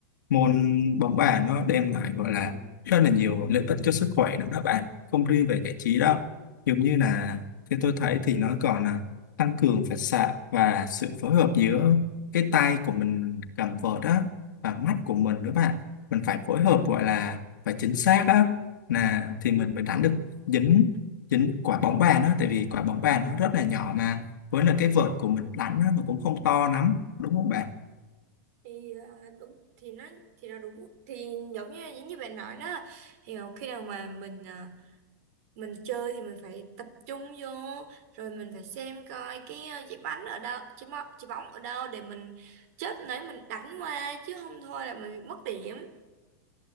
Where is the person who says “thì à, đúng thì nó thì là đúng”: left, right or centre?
Right